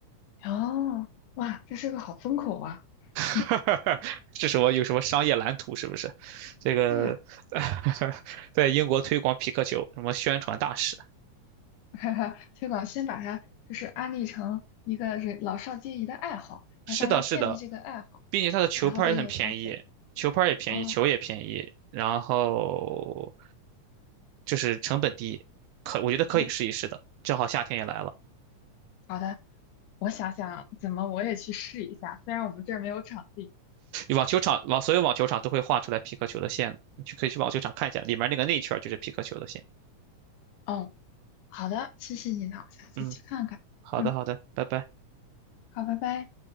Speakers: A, on the left; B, on the right.
A: 哦，哇，这是个好风口啊！<laughs> 嗯，
B: <laughs> 这什么有什么商业蓝图是不是？这个
A: 对呀。
B: <laughs> 在英国推广皮克球，什么宣传大使？
A: <laughs> 哈哈，推广，先把它就是安利成一个人老少皆宜的爱好，
B: 是的，
A: 让大家建立这个爱好，
B: 是的，并且它的球拍儿也很便宜，
A: 然后再愿意掏钱。
B: 球拍儿也便宜，
A: 哦，
B: 球也便宜，然后就是成本低，可我觉得可以试一试的。
A: 嗯，
B: 正好夏天也来了，
A: 好的，我想想怎么我也去试一下，虽然我们这儿没有场地。
B: 网球场网所有网球场都会画出来皮克球的线的，你去可以去网球场看一下，里面那个内圈儿就是皮克球的线。
A: 哦，好的，谢谢你呢，我下次去看看。
B: 嗯，好的好的，
A: 嗯，
B: 拜拜。
A: 好，拜拜。